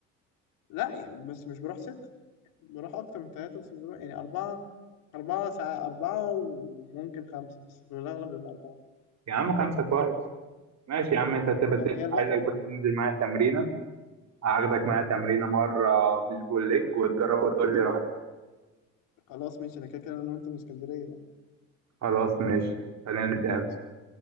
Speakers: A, on the left (about 70°); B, on the right (about 50°).
A: لا يعني بس مش بروح ست بروح اكتر من ثلاثه بس مش بروح يعني اربعه أربعة ساعات أربعة وممكن خمسة بس في الأغلب بيبقى أربعة
B: يا عم خمسة كويس ماشي يا عم انت تبقى
A: هي الوقت
B: عايزك بس تنزل معايا تمرينة هاخدك معايا تمرينة مرة بوش بول ليج وتجربها وتقول لي
A: خلاص ماشي انا كده كده انا وانت من اسكندريه
B: خلاص ماشي خلينا نتقابل
A: خلاص